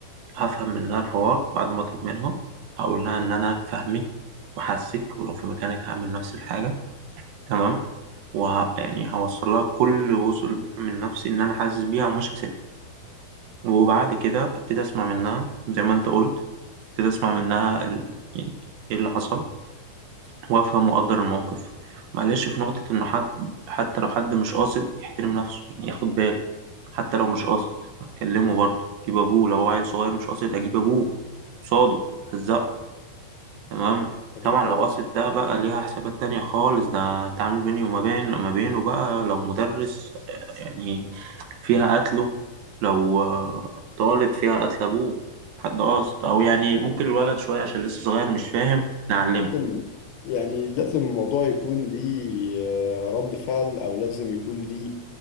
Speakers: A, on the right; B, on the left.
A: هفهم منها الحوار بعد ما أطمنها هقول لها إن أنا فاهمك وحاسك ولو في مكانك هعمل نفس الحاجة تمام وه يعني هوصل لها كل وصول الدعم النفسي إن أنا حاسس بيها ومش هسيبها وبعد كده أبتدي أسمع منها زي ما أنت قلت أبتدي أسمع منها ال... يعني إيه اللي حصل وافهم واقدر الموقف معلش في نقطة انه حد حتى لو حد مش قاصد يحترم نفسه يعني ياخد باله حتى لو مش قاصد هتكلمه برضه جيب ابوه لو هو عيل صغير مش قاصد هجيب ابوه قصاده هزقه تمام
B: اكيد
A: طبعا
B: طبعا
A: لو قاصد ده بقى ليها حسابات تانية خالص ده تعامل بيني وما بين ما بينه بقى لو مدرس آه، يعني فيها قتله لو آه، طالب فيها قتل ابوه حد قاصد او يعني ممكن الولد شوية عشان لسه صغير مش فاهم نعلمه
B: لازم يعني لازم الموضوع يكون ليه آه، رد فعل او لازم يكون ليه